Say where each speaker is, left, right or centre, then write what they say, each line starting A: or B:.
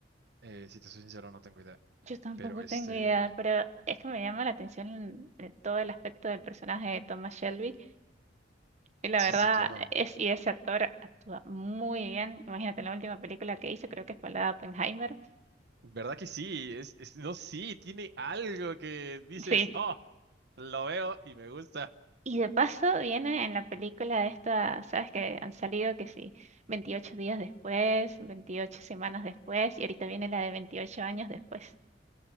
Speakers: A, on the right; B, on the right.
A: Eh, si te soy sincero, no tengo idea.
B: Yo tampoco
A: Pero este,
B: tengo idea, pero es que me llama la atención eh, todo el aspecto del personaje de Thomas Shelby. Y la
A: sí,
B: verdad
A: sí, claro.
B: es, y ese actor actúa muy bien. Imagínate, la última película que hizo creo que fue la de Oppenheimer.
A: ¿Verdad que sí? Es, es- no, sí, tiene algo que dices,
B: Sí.
A: oh, lo veo y me gusta.
B: Y de paso viene en la película esta, ¿sabes? Que han salido que sí, Veintiocho días después, veintiocho semanas después, y ahorita viene la de 28 años después,